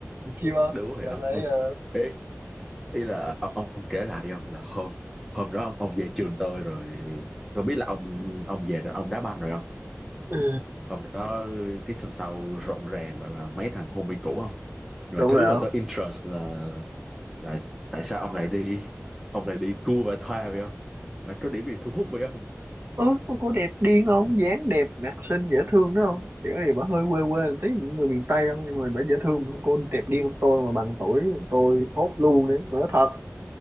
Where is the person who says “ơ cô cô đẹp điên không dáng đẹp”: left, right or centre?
Right